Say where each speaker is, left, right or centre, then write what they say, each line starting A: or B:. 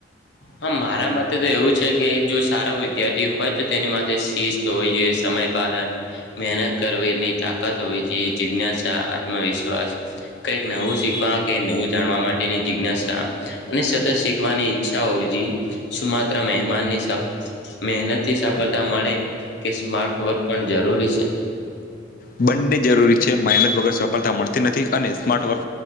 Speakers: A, on the left; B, on the left.
A: હા મારા મતે તો એવું છે કે જો સારો વિદ્યાર્થી હોય તો તેની માટે શિસ્ત હોવી જોઈએ સમયપલન મહેનત કરવીની તાકાત હોવી જોઈએ જિજ્ઞાસા આત્મવિશ્વાસ કંઈક નવુ શીખવા કે નવું જાણવા માટેની જિજ્ઞાસા અને સતત શીખવાની ઈચ્છા હોવી જોઈએ શું માત્ર મમાનની મહેનત થી સફળતા મળે કે સ્માર્ટ વર્ક પણ જરૂરી છે
B: બંને જરૂરી છે મહેનત વગર સફળતા મળતી નથી અને સ્માર્ટ વર્ક